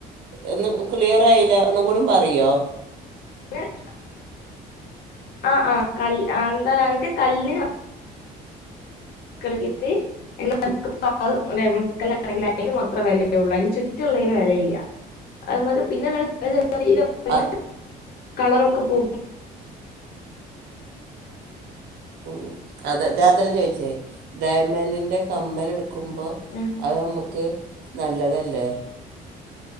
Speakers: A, on the right; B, on the left.
A: എന്ന് ക്ലിയർ ആയില്ല ഒന്ന് കൂടി പറയോ?
B: <unintelligible> ആഹ് ആഹ് കാല്ല് ആഹ് അയ്ന്റെ കല്ല് ന <unintelligible> <unintelligible> ഡയമണ്ട് കല്ലാണെങ്കി അതിന് മാത്ര വിലയള്ളൂ അതിന് ചുറ്റുള്ളേന് വെലയില്ല. അതുമ്മക് പിന്നെ <unintelligible>
A: ആ
B: കളർ പോ
A: മ്മ് അതെ അതെല്ല ചോയിച്ചേ ഡയമന്റിന്റെ കമ്മൽ എടു <unintelligible> അ മ്മക്
B: ഉം.
A: നമുക്ക് നല്ലതല്ലേ